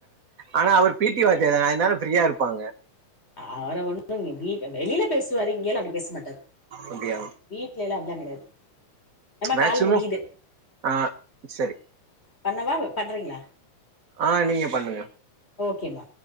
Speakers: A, on the right; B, on the left.
A: ஆனா அவர் பி டி வாத்தியார்தான அதனால ஃப்ரீயா இருப்பாங்க
B: அவற ஒண்ணுங்க வீ வெளில பேசுவாரு இங்கேல்லா அப்டி பேச மாட்டாரு
A: அப்டியா
B: வீட்ல எல்லா அப்டியெல்லான் கெடையாது நம்ம
A: மேக்சிமம்
B: கால் முடிது
A: ஆ சரி
B: பண்ணவா பண்றீங்ளா
A: ஆ நீங்க பண்ணுங்க
B: ஓகேமா